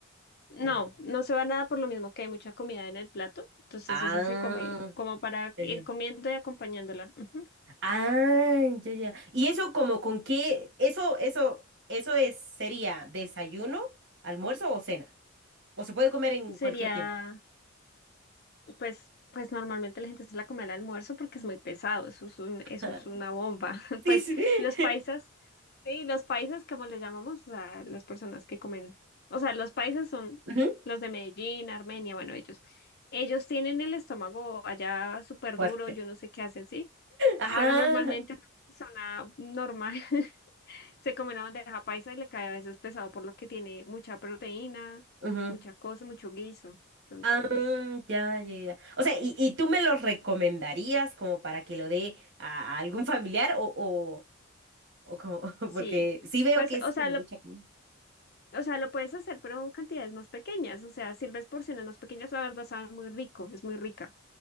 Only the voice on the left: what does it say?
No,
no se va nada por lo mismo que hay mucha comida en el plato. Entonces
esa se come como para
ir
comiendo y acompañándola. Ujú.
Sería,
pues, pues normalmente la gente se la come al almuerzo porque es muy pesado. Eso es un,
eso es una bomba. <laughs>
Pues
los
paisas, sí, los paisas como les llamamos, o sea, las personas que comen, o sea, los paisas son
los de Medellín, Armenia, bueno, ellos, ellos tienen el estómago allá súper
duro, yo no sé qué hacen, sí,
pero normalmente una persona normal. <laughs> Se come una bandeja paisa y le cae a veces pesado por lo que tiene mucha proteína,
mucha cosa, mucho guiso. Entonces,
sí.
Pues,
o sea,
lo,
o sea, lo puedes hacer, pero en cantidades más pequeñas. O sea, sirves porciones más pequeñas, la verdad sabe muy rico, es muy rica.